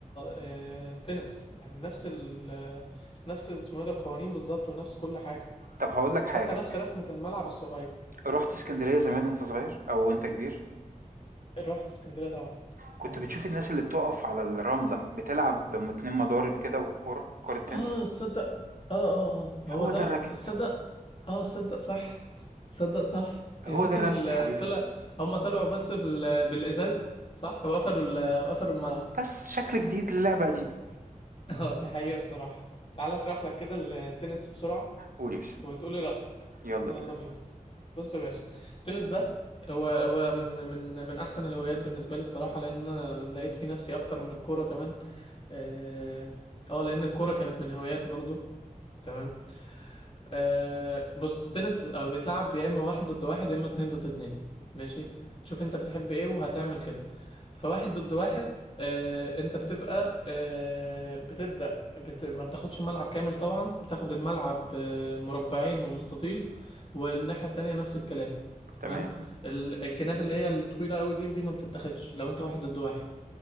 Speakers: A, on the left; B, on the right.
A: آه، تنس يعني نفس ال نفس اسمه ايه ده القوانين بالظبط ونفس كل حاجة
B: طب هاقول لك حاجة،
A: حتى نفس رسمة الملعب الصغير
B: رُحت إسكندرية زمان
A: اه
B: وأنت صغير أو وأنت كبير؟
A: رحت اسكندرية طبعا
B: كنت
A: اه
B: بتشوف الناس اللي بتقف على الرملة بتلعب بم 2 مضارب كده وكورة، كورة تنس،
A: اه صدق اه اه اه
B: هو
A: هو ده
B: ده الracket،
A: صدق اه صدق صح صدق صح
B: هو
A: يمكن
B: ده الracket
A: ال-
B: يا حبيبي،
A: طلع هما طلعوا بس بال... بالازاز صح وقفلوا ال... قفلوا الملعب
B: بس شكل جديد للعبة قديمة.
A: <laughs> اه دي حقيقة الصراحة تعال اشرح لك كده التنس بسرعة
B: قول يا باشا،
A: وتقولي رأيك
B: يلا
A: يلا
B: بينا.
A: بينا بص يا باشا التنس ده هو هو من من من احسن الهوايات بالنسبة لي الصراحة لان أنا لقيت في نفسي اكتر من الكورة كمان اه آه، لان الكورة كانت من هواياتي برضو تمام آه بص التنس آه، بيتلعب يا اما واحد ضد واحد يا اما اتنين ضد اتنين ماشي تشوف انت بتحب ايه وهتعمل كده فواحد ضد واحد آه انت بتبقى آه بتبدأ بت... ما بتاخدش ملعب كامل طبعا بتاخد الملعب آه مربعين ومستطيل والناحية التانية نفس الكلام تمام
B: تمام،
A: ال- الجناب اللي هي الطويلة قوي دي دي ما بتتاخدش لو انت واحد ضد واحد